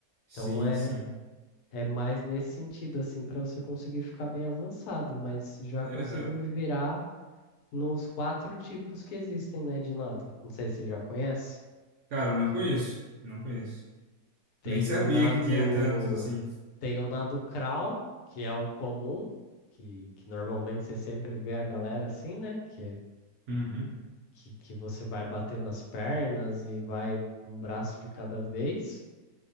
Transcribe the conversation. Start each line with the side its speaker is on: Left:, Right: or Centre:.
Right: Sim,
Left: Então é
Right: sim.
Left: é mais nesse sentido assim para você conseguir ficar bem avançado, mas já
Right: Aham.
Left: consigo me virar nos quatro tipos que existem, né, de nado. Não sei se você já conhece.
Right: Cara, não conheço, não conheço.
Left: Tem
Right: Nem sabia
Left: o nado
Right: que tinha tantos assim.
Left: tem o nado crawl, que é o comum, que, que normalmente você sempre vê a galera assim, né? Que é
Right: Uhum.
Left: que, que você vai bater nas pernas e vai um braço de cada vez.